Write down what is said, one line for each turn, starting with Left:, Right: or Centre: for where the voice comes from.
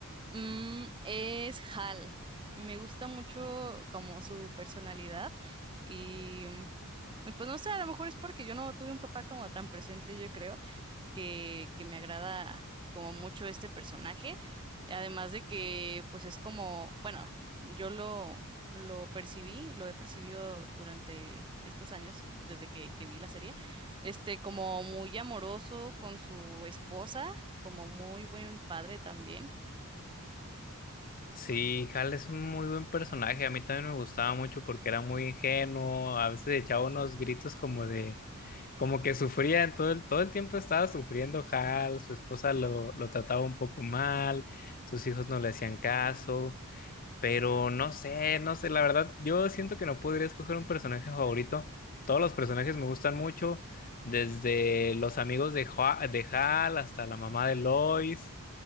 Right: Mm, es Hal. Me gusta mucho como su personalidad y mm, y pues no sé, a lo mejor es porque yo no tuve un papá como tan presente, yo creo, que, que me agrada como mucho este personaje. Además de que pues es como, bueno, yo lo, lo percibí, lo he percibido durante estos años, desde que, que vi la serie, este como muy amoroso con su esposa, como muy buen padre también
Left: Sí, Hal es un muy buen personaje, a mí también me gustaba mucho porque era muy ingenuo, a veces echaba unos gritos como de, como que sufría, en todo el, todo el tiempo estaba sufriendo Hal, su esposa lo, lo trataba un poco mal, sus hijos no le hacían caso. Pero no sé, no sé, la verdad, yo siento que no podría escoger un personaje favorito. Todos los personajes me gustan mucho, desde los amigos de, Hua- de Hal hasta la mamá de Lois,